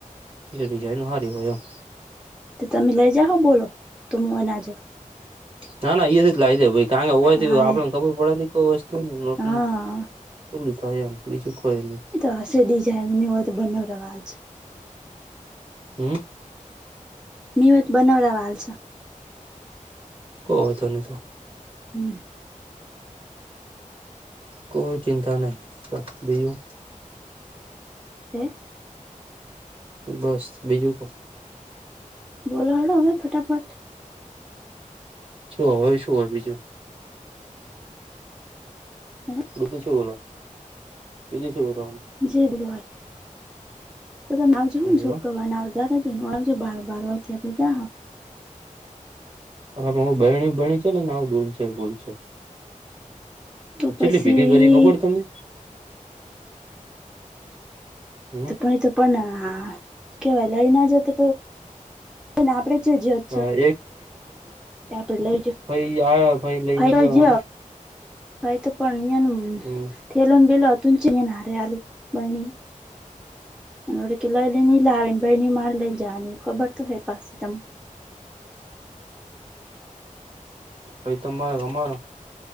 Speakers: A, on the right (about 40°); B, in the centre.
A: એટલે ડિઝાઇન સારી હોય એમ.
B: તે તમે લઈ જાઓ બોલો તો મું નાજો
A: ના ના ઈ એજ લાવી જે ભાઈ. <unintelligible> હોવાથી
B: હા
A: આપડને
B: એ
A: ખબર પડે કોઈ વસ્તુ <inaudible>
B: હા
A: બોલું થાય એમ બીજું કોઈ <unintelligible>
B: એ તો હશે ડિઝાઇન ની હોય તો બનાવરા વા છે.
A: હમ્મ
B: ની હોય તો બનાવરા <inaudible>
A: <inaudible>
B: હમ્મ
A: કોઈ ચિંતા નહી બીજું
B: <inaudible>
A: બસ બીજું કો
B: બોલો હેડો હવે ફટાફટ.
A: શું હોય શું હોય બીજું?
B: <inaudible>
A: બીજુ શું બોલો? બીજુ શું બોલો?
B: <inaudible> <unintelligible>
A: બોલવાનું
B: <unintelligible>
A: હું બહેણી ભણી છે ને ભૂલ છે ભૂલ છે.
B: તો પછી
A: ચેટલી ભેગી કરી ખબર તમે? હમ
B: પણ એ તો પણ હા કેવાય લઈ ના જતો આપડે <inaudible> છે,
A: હા
B: તે આપડે લઈ જ
A: ભાઈ આયો ભાઈ લઈ
B: ફાઈ
A: ગયો.
B: જ ભાઈ તો પણ અહિયાં
A: હમ
B: થેલોને બેેલો હતું છે, અ હારે આલું બણી. <inaudible> લાવીને ભાઈની માર લઈ જાવાની ખબર તો હે પાસી તમ
A: ભઈ, તમારો ક અમારો